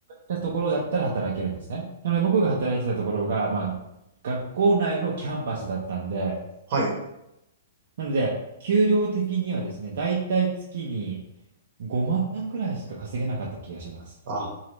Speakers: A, on the right (about 65°); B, on the right (about 45°).
A: たところだったら働けるんですね。なので僕が働いてたところが、まあ、学校内のキャンパスだったんで、
B: はい。
A: なので、給料的にはですね、だいたい月に5万ぐらいしか稼げなかった気がします。
B: あ、